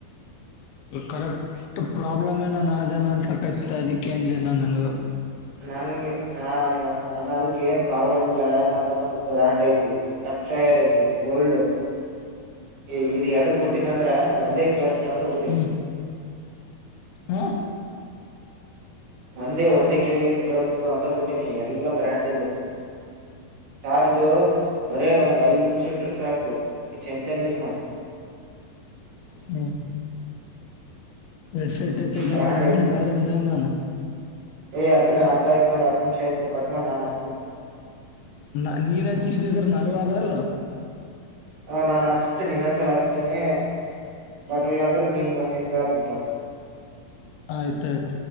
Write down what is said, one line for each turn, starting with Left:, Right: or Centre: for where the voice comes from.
Left: ಕರೆಕ್ಟ್ ಪ್ರಾಬ್ಲಮ್ ಏನ ನೇನ ಆದೇನು ಅನ್ಸಕತ್ತು ಅದಕ್ಕೇ ಅಂದೆ ನಾ ನಂಗೂ
Right: ನನ್ಗೆ ನಾ ನಾನ ಅದಕ್ಕ ಏನ್ ಪ್ರಾಬ್ಲಮ್ ಇಲ್ಲ ಯಾಕಂದ್ರೆ ನಮ್ದು ಬ್ರ್ಯಾಂಡ್ ಐತಿ ಟಚ್ ವೈರ್ ಐತಿ ಗೋಲ್ಡ್ ಹೇ ಇದು ಎದುಕ ಬುಟ್ಟಿನಂದ್ರ ಒಂದೇ ಕೇಳಿಸುತ್ತಾ ಅಂತ ಬುಟ್ಟಿನಿ
Left: ಹ್ಮ್ ಹಾ
Right: ಒಂದೇ ಒಂದೇ ಕಿವಗಂತ ಕೇಳ ಅಂತ ಬಿಟ್ಟಿನಿ ಎಲ್ಲ ಬ್ರ್ಯಾಂಡ್ ಚಾರ್ಜ ಬರೇ ಒಂದ್ ಐದ್ ನಿಮಿಷ ಇಟ್ರ ಸಾಕು ಚೈಂತನ್ ಯುಜಮಲ್
Left: ಹ್ಮ ಹೆಡ್ ಶೆಟ್ ಎತ್ತ ಕಂಬಾರ
Right: ಬ್ರಾಂಡ್ ಐತಿ
Left: ಮ ಬರೆ ಹಂದ ಹಂದಾನ
Right: ಏ್ ಹತ್ ಹತ್ ಆ್ತ ನೋ ಹ ನಿಮಿಷ ಆಯತು ಕಟ್ ಮಾಡ ನಾನ್ ಅಸ್ತೇನೆ
Left: ನ ನೀನ್ ಹಚ್ಚಿದ್ದಿದ್ರ ನರಲ್ಲ
Right: ನಾನನ್ ಹಚ್ತೇನೆ ಇನ್ನೊಂದ್ಸಲ ಹಚ್ತೇನೆ ಬರ್ಲಿಲ್ಲ ಅಂದ್ರ ನೀನ್ ನೀನ್ ಹೇಳತ್ ನಿಂತವ
Left: ಆಯ್ತಾಯ್ತು